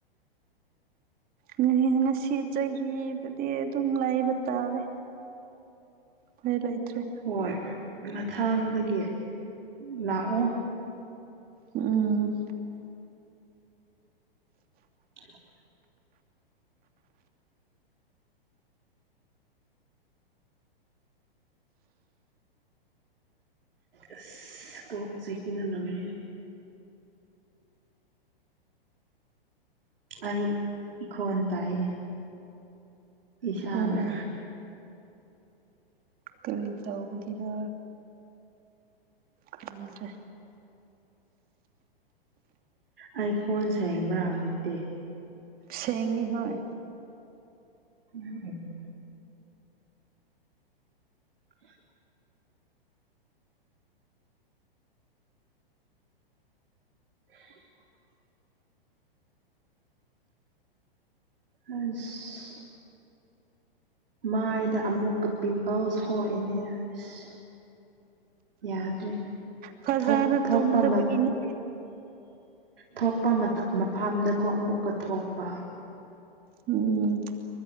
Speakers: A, on the right; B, on the right.
A: ꯉꯆꯦꯟ ꯉꯁꯤ ꯆꯍꯤꯕꯨꯗꯤ ꯑꯗꯨꯝ ꯂꯩꯥꯕ ꯇꯥꯔꯦ ꯐꯥꯏ ꯂꯩꯇ꯭ꯔꯦ
B: ꯍꯣꯏ ꯃꯊꯥꯡꯗꯒꯤ ꯂꯥꯛꯑꯣ
A: ꯎꯝ
B: <unintelligible> ꯑꯁ ꯀꯣꯛ ꯆꯤꯛꯄꯅ ꯂꯣꯏꯔꯦ ꯑꯩ ꯏꯈꯣꯟ ꯇꯥꯢꯌꯦ ꯏꯁꯥꯅ
A: ꯎꯝ ꯀꯔꯤ ꯇꯧꯕꯒꯤꯔ ꯈꯪ꯭ꯗꯔꯦ
B: ꯑꯩ ꯈꯣꯟꯁꯦꯡꯕ꯭ꯔꯥ ꯍꯧꯖꯤꯛꯇꯤ
A: ꯁꯦꯡꯉꯦ ꯍꯣꯢ
B: <unintelligible> <unintelligible> <unintelligible> ꯑꯁ ꯃꯥꯏꯗ ꯑꯃꯨꯛꯀ ꯄꯤꯝꯄꯜꯁ ꯊꯣꯛꯏꯅꯦ ꯑꯁ ꯌꯥꯗ꯭ꯔꯦ
A: ꯐꯖꯅ
B: ꯊꯣꯛ ꯊꯣꯛꯄꯃ
A: ꯇꯨꯝꯗꯕꯒꯤꯅꯦ
B: ꯊꯣꯛꯄ ꯃꯇꯝ ꯃꯐꯝꯗꯀꯣ ꯑꯃꯨꯛꯀ ꯊꯣꯛꯄ
A: ꯎꯝ